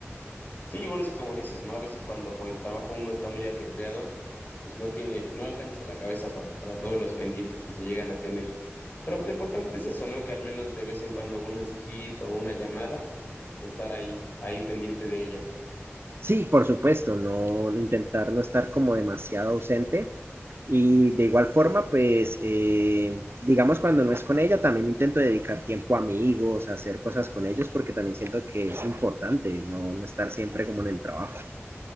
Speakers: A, on the left; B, on the right.
A: Sí, y bueno, es como dices, ¿no? A veces cuando por el trabajo uno está muy ajetreado, pues no tiene, no alcanza la cabeza para, para todos los pendientes que se llegan a tener. Pero pues lo importante es eso, ¿no? Que al menos de vez en cuando un mensajito o una llamada, estar ahí, ahí pendiente de ella.
B: Sí, por supuesto, no intentar no estar como demasiado ausente. Y de igual forma, pues, eh, digamos, cuando no es con ella, también intento dedicar tiempo a amigos, a hacer cosas con ellos, porque también siento que es importante no, no estar siempre como en el trabajo.